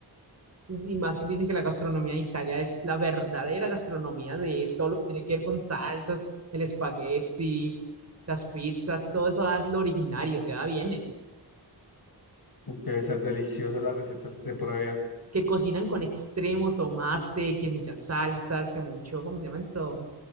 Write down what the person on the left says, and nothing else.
Debe ser deliciosa las recetas de por allá.